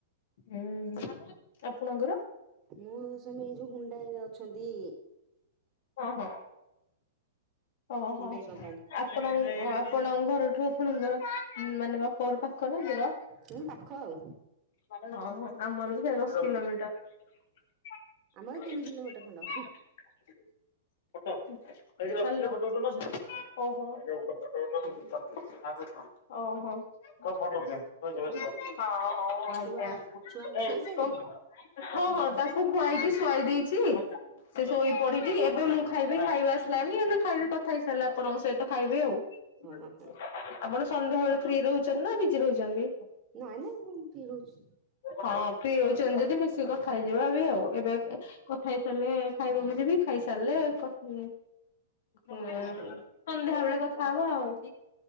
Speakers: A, on the left (about 60°); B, on the right (about 35°).
A: ହୁଁ ଆପଣଙ୍କର
B: ମୋ ସ୍ଵାମି ଏଇ ଯୋଉ ହୁଣ୍ଡାଇରେ ଅଛନ୍ତି।
A: ହଁ ହଁ। ଓହୋ
B: ହୁଣ୍ଡାଇ
A: ଆପଣ
B: କମ୍ପାନୀ
A: <unintelligible> ଆପଣଙ୍କ ଘରଠୁ ଆପଣଙ୍କ ଘର ମାନେ ବାପଘର ପାଖ ନା ଦୂର।
B: ହୁଁ ପାଖ ଆଉ।
A: ହଁ ହଁ ଆମର ବି ଦେଢ଼ଶହ କିଲୋମିଟର। <unintelligible>
B: ଆମର ତିନି କିଲୋମିଟର
A: ଫଟାଫଟ୍
B: ଖଣ୍ଡ ହଁ
A: ଏଠି ଦଶ ହାଲୋ କିଲୋ ଫଟୋ ଉଠୋଉନା ଓଃ ହୋ। <unintelligible> ଓହୋ ସବ୍ ଫଟୋଉଚି ରହିଯା ବ୍ୟସ୍ତ ହୋନା ହଉ ହଉ। ଆଜ୍ଞା ଆଜ୍ଞା
B: ଛୁଆ
A: ଏଇ
B: ଛୁଆଙ୍କୁ ଖୁଆଇ
A: କଁ
B: ସାଇଲେଣି?
A: କହୁଚ? ହଁ ହଁ ତାକୁ ଖୁଆଇକି ଶୁଆଇ ଦେଇଚି। ସେ ଶୋଇ ପଡି ଏବେ ମୁଁ ଖାଇବି ଖାଇବା ଆସିଲାଣିି ଏଇଲେ ଖାଇବି କଥା ହେଇସାରିଲା ପରେ ଆପଣଙ୍କ ସହିତ ଖାଇବି ଆଉ
B: ହଁ ହଁ
A: <inaudible> ଆପଣ ସନ୍ଧ୍ୟା ବେଳେ ଫ୍ରି ରହୁ ଚନା ବିଜି ରହୁଚନ୍ତି।
B: ନାଇଁ ନାଇଁ ମୁଁ ଫ୍ରି ରହୁଚି।
A: ହଁ ପ୍ରି ହଉଚନ୍ତି ଯଦି ମିଶିକି କଥା ହେଇଯିବା ବି ଆଉ ଏବେ ଏ
B: ହଉ
A: କ ଖାଇସାରିଲେ ଖାଇବାକୁୁ ଯିବି ଖାଇସାରିଲେ କତ୍ <unintelligible>
B: ହଁ ହଉ।
A: ସନ୍ଧ୍ୟା ବେଳେ କଥା ହବା ଆଉ। <inaudible>